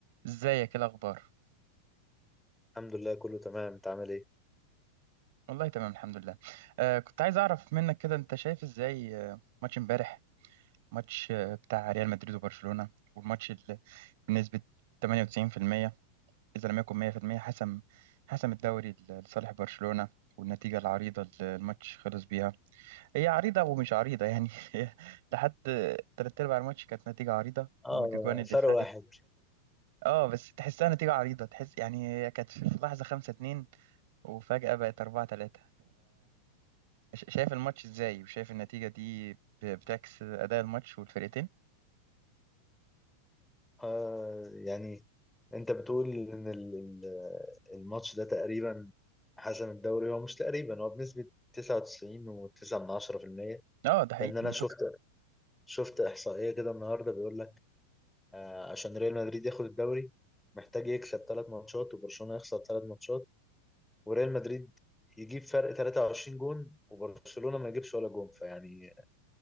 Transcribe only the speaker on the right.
ازيك ايه الاخبار
والله تمام الحمد لله آه كنت عايز اعرف منك كده انت شايف ازاي آه، ماتش امبارح ماتش آه، بتاع ريال مدريد وبرشلونة والماتش اللي بنسبة 98% اذا لم يكن 100% حسم حسم الدوري ل- لصالح برشلونة والنتيجة العريضة اللي الماتش خلص بيها هي عريضة ومش عريضة يعني <laughs> هي لحد تلات أرباع الماتش كانت نتيجة عريضة
والأجوان اللي
اتلغت
اه بس تحسها نتيجة عريضة تحس يعني هي كانت في لحظة خمسة اتنين وفجأة بقت أربعة تلاتة ش- شايف الماتش ازاي وشايف النتيجة دي ب- بتعكس أداء الماتش والفرقتين
اه ده حقيقي
منطقي